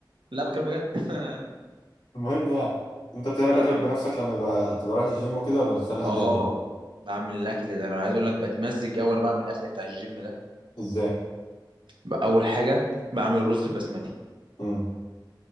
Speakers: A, on the right (about 80°); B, on the left (about 70°).
A: لا بكلم بجد <laughs>
B: المهم يعني انت بتعمل
A: قول
B: اكلك
A: يا محمد
B: بنفسك لما يبقى تبقى رايح الجيم وكده ولا بتخلي
A: اه
B: حد يعمله
A: بعمل الاكل ده انا عايز اقول لك بتمزج قوي وانا بعمل الاكل بتاع الجيم ده
B: ازاي
A: ب- اول حاجه بعمل رز البسمتي
B: امم